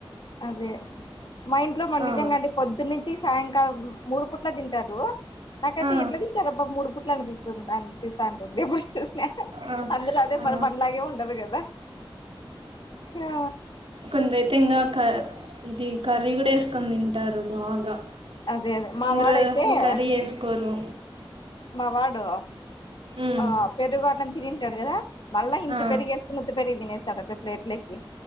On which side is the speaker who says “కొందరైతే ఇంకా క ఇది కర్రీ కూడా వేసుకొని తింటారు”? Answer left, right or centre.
Right